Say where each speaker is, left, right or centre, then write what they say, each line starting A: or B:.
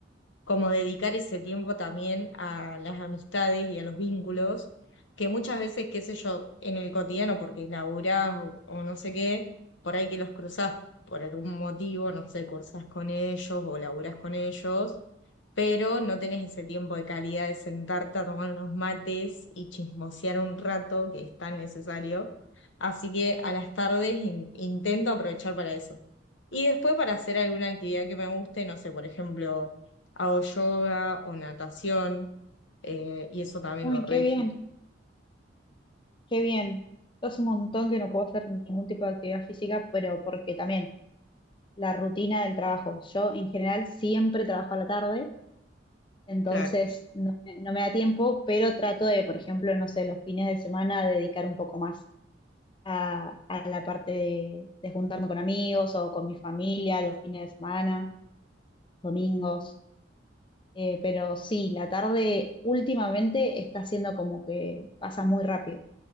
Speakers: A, on the left; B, on the left.
A: como dedicar ese tiempo también a las amistades y a los vínculos, que muchas veces, qué sé yo, en el cotidiano, porque laburás o, o no sé qué, por ahí que los cruzás por algún motivo, no sé, cursás con ellos o laburás con ellos, pero no tenés ese tiempo de calidad de sentarte a tomar unos mates y chismosear un rato que es tan necesario. Así que a las tardes in- intento aprovechar para eso. Y después para hacer alguna actividad que me guste, no sé, por ejemplo, hago yoga o natación, eh, y eso también
B: Uy,
A: lo re
B: qué
A: disfruto.
B: bien, qué bien. Es un montón que no puedo hacer ningún tipo de actividad física, pero porque también la rutina del trabajo. Yo en general siempre trabajo a la tarde, entonces
A: Claro.
B: no, me no me da tiempo, pero trato de, por ejemplo, no sé, los fines de semana dedicar un poco más a, a la parte de, de juntarme con amigos o con mi familia los fines de semana, domingos. Eh, pero sí, la tarde últimamente está siendo como que pasa muy rápido.